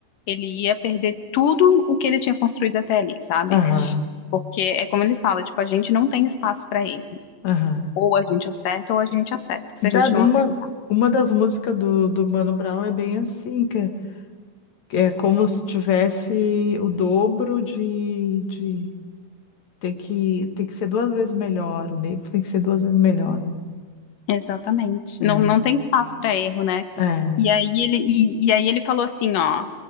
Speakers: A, on the left; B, on the left.
A: ele ia perder tudo o que ele tinha construído até ali, sabe?
B: Aham.
A: Porque é como ele fala, tipo, a gente não tem espaço para erro.
B: Aham.
A: Ou a gente acerta ou a gente acerta. Se a gente
B: Tá, uma,
A: não acertar,
B: uma das músicas do, do Mano Brown é bem assim, que é, que é como se tivesse o dobro de, de... Tem que, tem que ser duas vezes melhor, o negro tem que ser duas vezes melhor.
A: Exatamente.
B: né?
A: Não, não tem espaço para erro, né?
B: É, é,
A: E aí ele, e, e aí ele falou assim, ó,